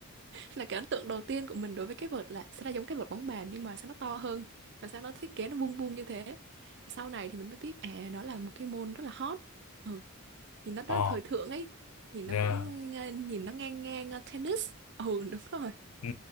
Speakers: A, on the right (about 50°); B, on the left (about 80°).
A: là cái ấn tượng đầu tiên của mình đối với cái vợt là sao nó giống cái vợt bóng bàn nhưng mà sao nó to hơn và sao nó thiết kế nó vuông vuông như thế sau này thì mình mới biết à nó là một cái môn rất là hot ừ, nhìn nó rất
B: ờ
A: là thời thượng ấy nhìn
B: yeah.
A: nó cũng ờ, nhìn nó ngang ngang ờ, tennis ừ đúng rồi
B: Ừ,